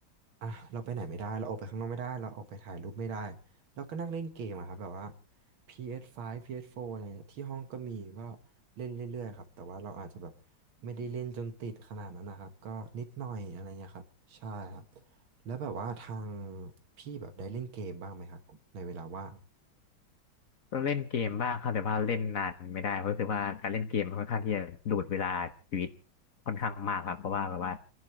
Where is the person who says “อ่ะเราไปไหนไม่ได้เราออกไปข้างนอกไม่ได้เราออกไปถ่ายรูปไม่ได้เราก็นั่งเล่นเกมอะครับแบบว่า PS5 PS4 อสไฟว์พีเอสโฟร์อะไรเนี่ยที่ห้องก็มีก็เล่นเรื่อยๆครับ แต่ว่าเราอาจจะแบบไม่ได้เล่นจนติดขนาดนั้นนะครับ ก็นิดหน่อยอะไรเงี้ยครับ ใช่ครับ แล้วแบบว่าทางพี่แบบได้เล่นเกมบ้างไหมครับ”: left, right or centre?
Right